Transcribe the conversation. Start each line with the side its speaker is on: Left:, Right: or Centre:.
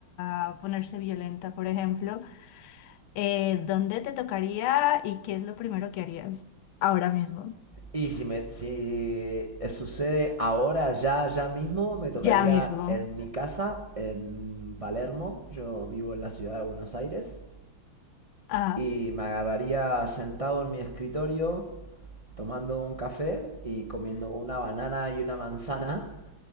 Left: a ponerse violenta, por ejemplo. Eh, ¿dónde te tocaría y qué es lo primero que harías? Ahora mismo.
Right: Y si me, si eh, sucede ahora, ya, ya mismo, me tocaría
Left: Ya mismo.
Right: en mi casa, en Palermo. Yo vivo en la ciudad de Buenos Aires.
Left: Ah.
Right: y me agarraría sentado en mi escritorio tomando un café y comiendo una banana y una manzana.